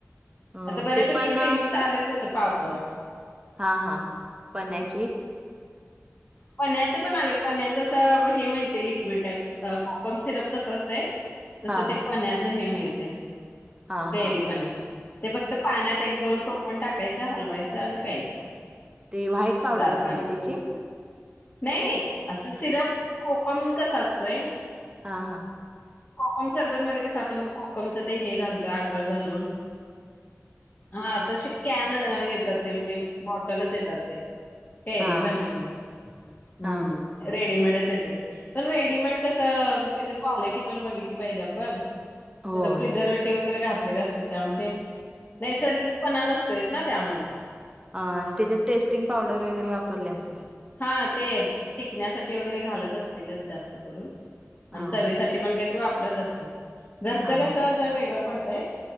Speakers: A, on the right; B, on the left.
A: अ
B: आता बऱ्यापैकी
A: ते पण
B: प्रिमिक्स आलेत तस पावडर
A: हा हा पन्हयाची
B: पन्याचं पण आले, पन्याचं असं हे मिळते लिक्विड टाईप कोकम सिरप कसं असतंय तसं
A: हा
B: ते पन्याच हे मिळते
A: हा
B: कैरीपन्हे
A: हा
B: ते फक्त पाण्यात एक दोन टोपण टाकायचं, हलवायचं आणि प्यायचं
A: ते व्हाईट पावडर
B: गार
A: असते
B: पाण्यात
A: का त्याची
B: नाही नाही असं सिरप कोकम कस असतोय.
A: हां हां.
B: कोकम सरबत मध्ये कसं आपण कोकमच ते हे घालतोय आगळ घालून हा तशे कॅन येतात ते म्हणजे बॉटलच येतात ते कैरी
A: हा
B: पन्हे म्हणून, हम्म.
A: हा
B: रेडिमेडच येते, पण रेडीमेड कसं त्याची क्वालिटी पण बघितली पाहिजे आपण-
A: होय
B: त्याचा फ्रीदर वेट वगैरे घातलेले असतात त्यामध्ये नैसर्गिकपणा नसतोयच ना त्यामध्ये
A: आ आणि त्याच्यात टेस्टिंग पावडर वगैरे वापरले असेल.
B: हा ते टिकण्यासाठी वगैरे घालत असतीलच जास्त करून आणि
A: हा
B: चवीसाठी ते पण काय तरी वापरत असतील घरच
A: हा
B: कस जरा वेगळं पडतंय